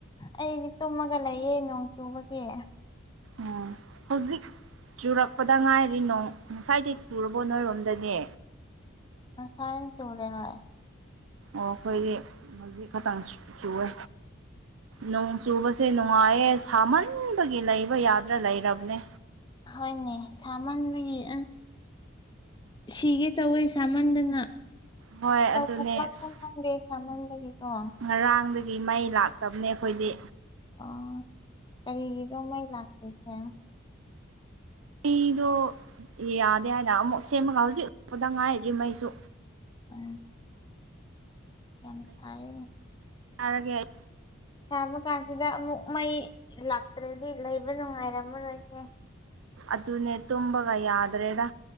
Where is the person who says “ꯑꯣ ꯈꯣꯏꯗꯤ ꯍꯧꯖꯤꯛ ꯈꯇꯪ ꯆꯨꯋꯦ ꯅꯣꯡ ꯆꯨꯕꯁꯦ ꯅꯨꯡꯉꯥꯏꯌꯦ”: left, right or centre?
Right